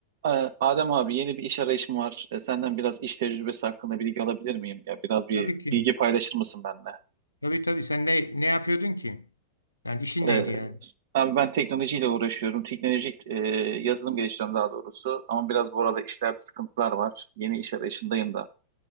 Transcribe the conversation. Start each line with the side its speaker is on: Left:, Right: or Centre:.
Right: Ee, Adem abi yeni bir iş arayışım var. Ee, Senden biraz iş tecrübesi hakkında bilgi alabilir miyim? Ya biraz bir
Left: Tabii ki.
Right: bilgi paylaşır mısın benimle?
Left: Tabii tabii. Sen ne ne yapıyordun ki? Yani işin
Right: Ee,
Left: neydi yani?
Right: abi ben teknolojiyle uğraşıyorum. Teknolojik e, yazılım geliştiriyorum daha doğrusu. Ama biraz bu arada işlerde sıkıntılar var. Yeni iş arayışındayım da.